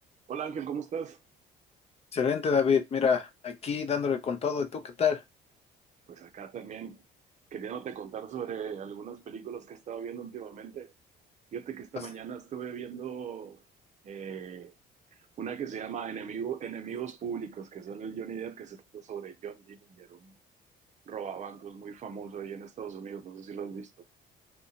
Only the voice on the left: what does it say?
Excelente, David. Mira, aquí dándole con todo. ¿Y tú qué tal?
Pues,